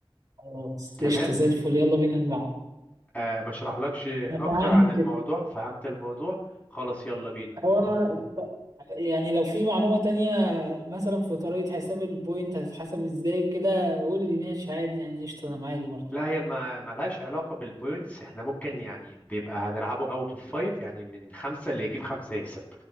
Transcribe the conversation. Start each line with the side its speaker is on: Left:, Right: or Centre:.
Right: خلاص
Left: تمام
Right: قشطة زي الفل يلا بينا نلعب
Left: آه ما اشرحلكش
Right: أنا
Left: اكتر
Right: فهمت
Left: عن الموضوع
Right: كده
Left: فهمت الموضوع خلاص يلا بينا
Right: هو يعني لو في معلومة تانية مثلا في طريقة حساب البوينت هتتحسب ازاي وكده قول لي ماشي عادي يعني قشطة انا معاك برضه
Left: لا هي ما ملهاش علاقة بالبوينتس احنا ممكن يعني بيبقى هنلعبه اوت اوف فايف يعني من خمسة اللي يجيب خمسة يكسب